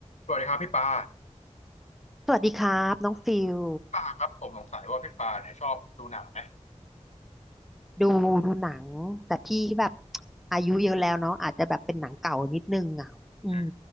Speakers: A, on the left; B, in the centre.
A: สวัสดีครับพี่ปา
B: สวัสดีครับน้องฟิล
A: ปาครับผมสงสัยว่าพี่ปาเนี่ยชอบดูหนังไหม
B: ดูดูหนังแต่พี่แบบอายุเยอะแล้วเนาะอาจจะแบบเป็นหนังเก่านิดนึงอ่ะอืม
A: อืม